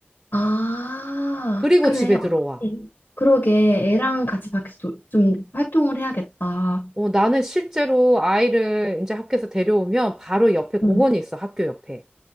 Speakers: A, on the left (about 80°); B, on the right (about 20°).
A: 아,
B: 그리고
A: 그래.
B: 집에
A: 어떡해.
B: 들어와.
A: 그러게. 애랑 같이 밖에서 도- 좀 활동을 해야겠다.
B: 어, 나는 실제로 아이를 이제 학교에서 데려오면 바로 옆에 공원이
A: 음,
B: 있어, 학교 옆에.